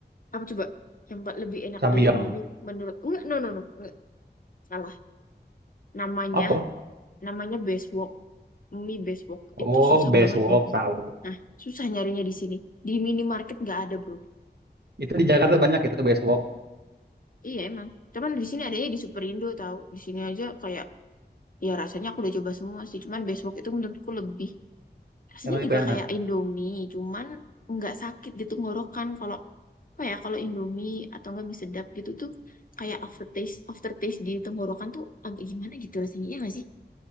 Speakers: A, on the left; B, on the right.
A: apa coba yang pa- lebih enak
B: samyang.
A: dari Indomie menurut enggak no no no enggak. salah namanya
B: Apa?
A: namanya Bestwalk mie Bestwalk
B: Oh,
A: itu susah
B: besok
A: banget ya
B: tahu.
A: nah susah nyarinya di sini di minimarket nggak ada bro
B: Itu di Jakarta banyak itu besok.
A: iya emang cuman di sini adanya di Superindo tahu di sini aja kayak ya rasanya aku udah coba semua sih cuman Bestwalk itu menurutku lebih rasanya
B: Emang
A: juga
B: itu enak.
A: kayak Indomie cuman nggak sakit di tenggorokan kalau apa ya kalau Indomie atau enggak mie sedap gitu tuh kayak aftertaste aftertaste di tenggorokan tuh agak gimana gitu rasanya ya nggak sih